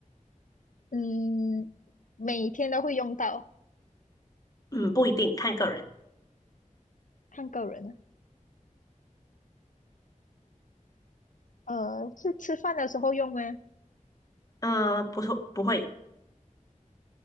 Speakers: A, on the left (about 70°); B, on the left (about 25°).
A: 嗯，每天都会用到，
B: 嗯，不一定，看个人，
A: 看个人啊。呃，是吃饭的时候用吗？
B: 呃，不错，不会，